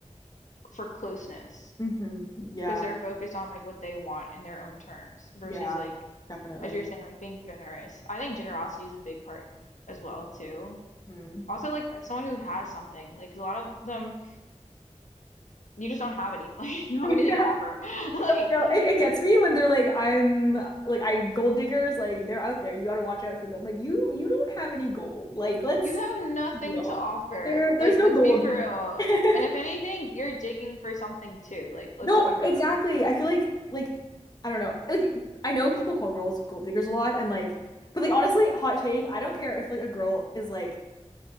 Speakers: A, on the left (about 80°); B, on the left (about 35°).
A: for closeness
B: hmm Yeah.
A: because they're focused on like what they want in their own terms versus
B: Yeah.
A: like
B: Definitely.
A: as you're saying like being generous. I think generosity is a big part as well too.
B: Mhm.
A: Also like someone who has something like 'cause a lot of them you just don't have any <laughs> like you don't
B: <laughs>
A: have anything
B: Yeah.
A: to offer. <laughs> Like
B: No, I know. It, it gets me when they're like, I'm like I gold diggers, like they're out there. You gotta watch out for them. Like you you don't have any gold. Like let's
A: you have nothing
B: real.
A: to offer.
B: There, there's
A: Like
B: no
A: let's
B: gold
A: be for real.
B: here.
A: And if anything,
B: <laughs>
A: you're digging for something too. Like let's
B: No,
A: be real.
B: exactly. I feel like like I don't know. Like I know people call girls gold diggers a lot and like but like honestly, hot take, I don't care if like a girl is like